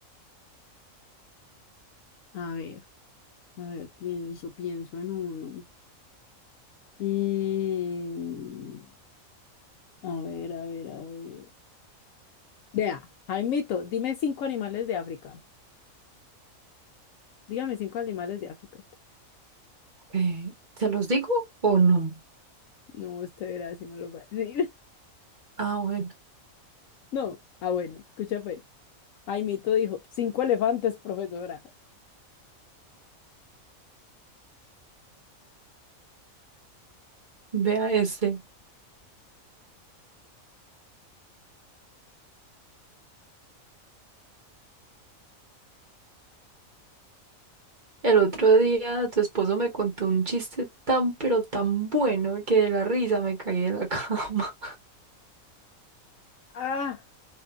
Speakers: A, on the left; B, on the right.
A: A ver, a ver, pienso, pienso en uno. Mm, a ver, a ver, a ver. Vea, Jaimito, dime cinco animales de África. Dígame cinco animales de África usted.
B: Eh, ¿se los digo o no?
A: No, usted verá si me lo va a decir. <laughs>
B: Ah, bueno,
A: No. Ah, bueno, escucha pues. Jaimito dijo, cinco elefantes, profesora.
B: vea ese. El otro día tu esposo me contó un chiste tan, pero tan bueno que de la risa me caí de la cama.
A: Ah,